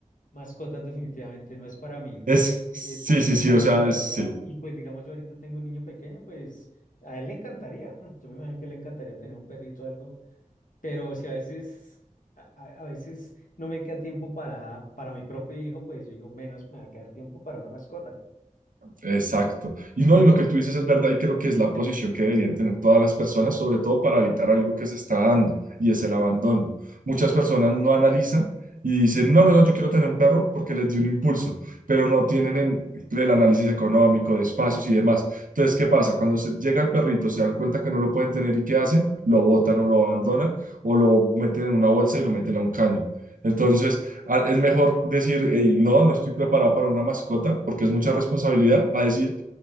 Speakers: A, on the left; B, on the right.
A: mascotas, definitivamente, no es para mí,
B: es- sí,
A: eh, por
B: sí,
A: tanta
B: sí,
A: responsabilidad.
B: o sea, es- sí.
A: Y pues digamos, yo ahorita tengo un niño pequeño, pues a él le encantaría, <laughs> yo me imagino que le encantaría tener un perrito o algo, pero si a veces, a, a- a veces no me queda tiempo para, para mi propio hijo, pues yo digo, menos me va a quedar tiempo para una mascota.
B: Exacto. Y no, y lo que tú dices es verdad y creo que es la posición que deberían tener todas las personas, sobre todo para evitar algo que se está dando y es el abandono. Muchas personas no analizan y dicen, no, no, no, yo quiero tener un perro porque les dio un impulso, pero no tienen en- el análisis económico, de espacios y demás. Entonces, ¿qué pasa? Cuando se- llega el perrito, se dan cuenta que no lo pueden tener y ¿qué hacen? Lo botan o lo abandonan o lo meten en una bolsa y lo meten a un caño. Entonces, a- Es mejor decir, "Ey, no, no estoy preparado para una mascota porque es mucha responsabilidad, a decir,